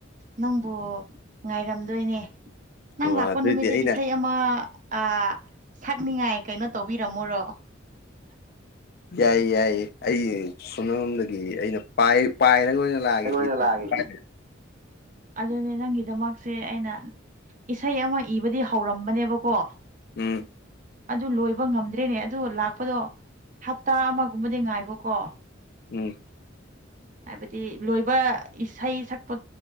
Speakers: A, on the right; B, on the left.
A: ꯅꯪꯕꯨ ꯉꯥꯏꯔꯝꯗꯣꯏꯅꯦ ꯅꯪ
B: ꯑꯣ
A: ꯂꯥꯛꯄ
B: ꯑꯗꯨꯏꯗꯤ
A: ꯅꯨꯃꯤꯠꯇ
B: ꯑꯩꯅ
A: ꯏꯁꯩ ꯑꯃ ꯑ ꯁꯛꯅꯤꯡꯉꯥꯏ ꯀꯩꯅꯣ ꯇꯧꯕꯤꯔꯝꯃꯣꯔꯣ
B: ꯌꯥꯏ ꯌꯥꯏꯌꯦ ꯑꯩ ꯁꯣꯝꯅꯔꯣꯝꯗꯒꯤ ꯑꯩꯅ ꯄꯥꯏ ꯄꯥꯏꯔꯒꯑꯣꯏꯅ ꯂꯥꯛꯑꯒꯦ
A: ꯑꯩꯉꯣꯟꯗ
B: <unintelligible>
A: ꯂꯥꯛꯑꯒꯦ ꯑꯗꯨꯅꯦ ꯅꯪꯒꯤꯗꯃꯛꯁꯦ ꯑꯩꯅ ꯏꯁꯩ ꯑꯃ ꯏꯕꯗꯤ ꯍꯧꯔꯝꯕꯅꯦꯕꯀꯣ
B: ꯎꯝ
A: ꯑꯗꯨ ꯂꯣꯏꯕ ꯉꯝꯗ꯭ꯔꯦꯅꯦ ꯑꯗꯨ ꯂꯥꯛꯄꯗꯣ ꯍꯞꯇꯥ ꯑꯃꯒꯨꯝꯕꯗꯤ ꯉꯥꯏꯒꯣꯀꯣ
B: ꯎꯝ
A: ꯍꯥꯏꯕꯗꯤ ꯂꯣꯏꯕ ꯏꯁꯩ ꯁꯛꯄ